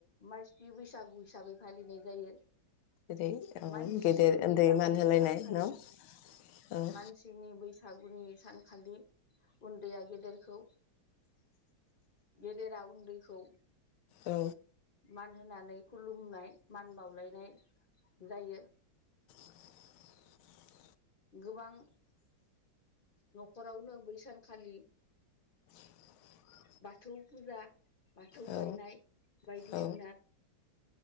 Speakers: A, on the left; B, on the left.
A: माइसि बैसागु हिसाबै फालिनाय जायो।
B: जेरै औ
A: मानसि
B: गेदेर
A: बैसागुनि
B: उन्दै मान होलायनाय
A: सानखालि
B: न' औ औ
A: मानसिनि बैसा सागुनि सानखालि उन्दैया गेदेरखौ गेदेरा उन्दैखौ।
B: औ
A: मान होनानै खुलुमनाय मान बावलायनाय जायो।
B: <inaudible>
A: गोबां। न'खरावनो बैसानखालि
B: <inaudible>
A: बाथौ फुजा बाथौ
B: औ
A: गायनाय बायदिसिना
B: औ